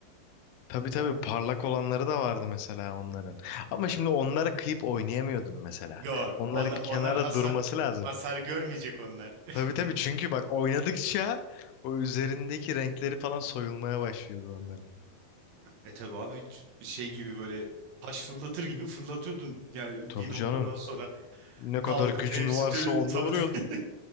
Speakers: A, on the left (about 85°); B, on the right (about 85°).
A: Tabii tabii
B: galiba.
A: parlak olanları da vardı mesela onların. Ama şimdi onlara kıyıp oynayamıyordun mesela.
B: Yok
A: Onları
B: onlar,
A: bir kenara
B: onlar hasar
A: durması lazım.
B: hasar görmeyecek onlar. <laughs>
A: Tabii tabii çünkü bak oynadıkça o üzerindeki renkleri falan soyulmaya başlıyordu onların.
B: E tabi abi ç- şey gibi böyle taş fırlatır gibi fırlatıyordun yani
A: Tabii
B: bir noktadan
A: canım.
B: sonra
A: Ne
B: kalkıp
A: kadar gücün
B: hepsi
A: varsa
B: dönüyor
A: onunla
B: tabii
A: vuruyordun.
B: de. <laughs>